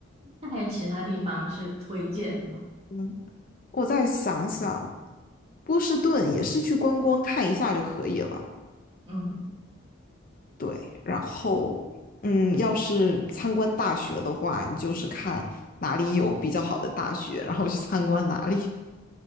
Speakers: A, on the right; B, on the left.
A: 那还有其他地方是推荐的吗？
B: 嗯，我再想想，波士顿也是去观光看一下就可以了。
A: 嗯
B: 对，然后，嗯，要是参观大学的话，你就是看哪里有比较好的大学，然后去参观哪里。